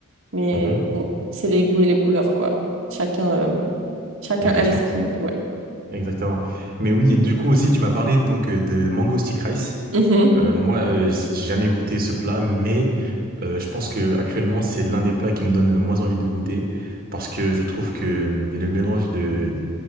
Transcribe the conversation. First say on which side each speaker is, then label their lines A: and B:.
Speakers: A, on the right (about 60°); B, on the right (about 40°).
A: mais
B: Mhm.
A: bon, c'est les goûts et les couleurs quoi. Chacun euh, chacun
B: Mais
A: aime
B: bien sûr.
A: ce qu'il veut. Ouais.
B: Exactement. Mais oui, et du coup aussi, tu m'as parlé donc euh, de mango stick rice.
A: Mhm.
B: Euh, moi, euh, j'ai jamais goûté ce plat, mais euh, je pense que actuellement, c'est l'un des plats qui me donne le moins envie de goûter parce que je trouve que euh, le mélange de,